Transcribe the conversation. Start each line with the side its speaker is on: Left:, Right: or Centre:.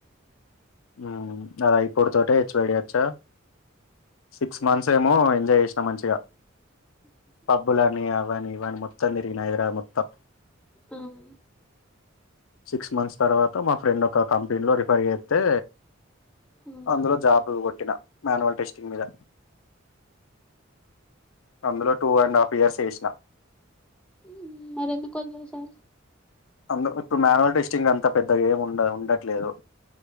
Left: ఉమ్ అలా ఇప్పుడు తోటే హెచ్ వై డి వచ్చా సిక్స్ మంత్స్ ఏమో ఎంజాయ్ జేసినా మంచిగా పబ్బులని అవనీ మొత్తం దిరిగిన హైదరాబాద్ మొత్తం
Centre: ఉమ్
Left: సిక్స్ మంత్స్ తర్వాత మా ఫ్రెండ్ ఒక కంపెనీలో రిఫర్ జేత్తే
Centre: ఆ
Left: అందులో జాబ్ గొట్టిన మాన్యువల్ టెస్టింగ్ మీద అందులో టూ అండ్ హాఫ్ ఇయర్స్ చేసిన
Centre: ఉమ్ మరి ఎందుకు వదిలేసారు
Left: అందు ఇప్పుడు మాన్యువల్ టెస్టింగ్ అంత పెద్దగా ఏం ఉండ ఉండట్లేదు